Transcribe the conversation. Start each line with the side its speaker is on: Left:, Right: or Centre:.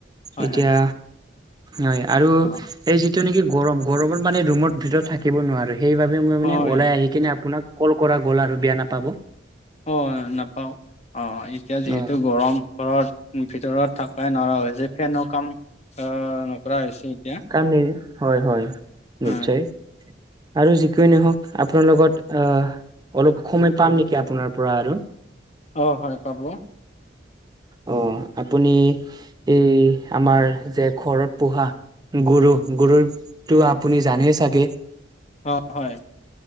Left: হয়
Right: এতিয়া
Left: হয়
Right: হয় আৰু
Left: অ
Right: এই যিটো নেকি গৰম, গৰমত মানে ৰুমৰ ভিতৰত থাকিব নোৱাৰি। সেইবাবে মই
Left: হয়
Right: মানে ওলাই আহি কিনে আপোনাক কল কৰা গ'ল আৰু বেয়া নাপাব।
Left: অ, নাপাওঁ। অ এতিয়া যিহেতু
Right: অ',
Left: গৰম ঘৰত ভিতৰত থাকো। উপাই নহা হৈছে ফেনো কাম অ নকৰা হৈছি।
Right: কাম নি হয়, হয় নিশ্চয়।
Left: হয়
Right: আৰু যিকে নহওক। আপোনাৰ লগত অলপ সময় পাম নেকি আপোনাৰ পৰা আৰু?
Left: অ, হয় পাব।
Right: অ, আপুনি এই আমাৰ যে ঘৰত পোহা গুৰু, গুৰুকটো আপুনি জানেই চাগে?
Left: অ হয়